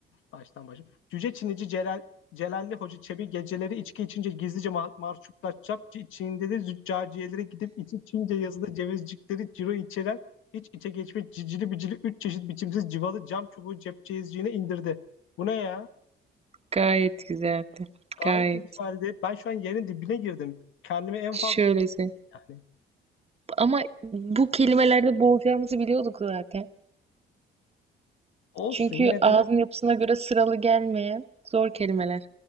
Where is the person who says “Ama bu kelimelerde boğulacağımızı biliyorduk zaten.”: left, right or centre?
Right